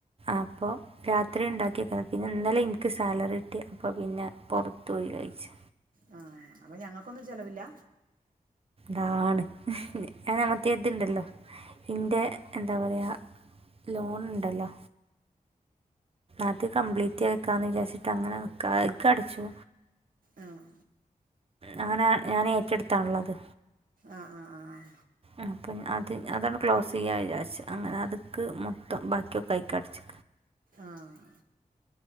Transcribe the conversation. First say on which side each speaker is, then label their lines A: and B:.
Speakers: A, on the right; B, on the right.
A: അപ്പോരാത്രി ഉണ്ടാക്കി പിന്ന ഇന്നലെ എനിക്ക് സാലറി <unintelligible> അപ്പ പിന്നെ പുറത്ത്പോയി കഴിച്ചു
B: ആ അപ്പ ഞങ്ങക്കൊന്നും ചെലവില്ല
A: ദാണ് അ മറ്റേതിണ്ടല്ലോ ഇന്റെ എന്താ പറയാ ലോണുണ്ടല്ലോ അത് കംപ്ലീറ്റാക്കാന്ന് വിചാരിച്ചിട്ട് അങ്ങനെ നിക്ക <unintelligible> ക്കടിച്ചു
B: ആഹ്
A: അങ്ങനെ ഞാനെറ്റടുത്താണുള്ളത്
B: ആഹ് ആഹ് ആഹ്
A: അപ്പം അത് അതങ്ങ് ക്ലോസ് ചെയ്യാന്ന് വിചാരിച്ച് അങ്ങനെ അതക്ക് മൊത്തം ബാക്കിയൊക്കെയിക്ക അടിച്ച്
B: ആഹ്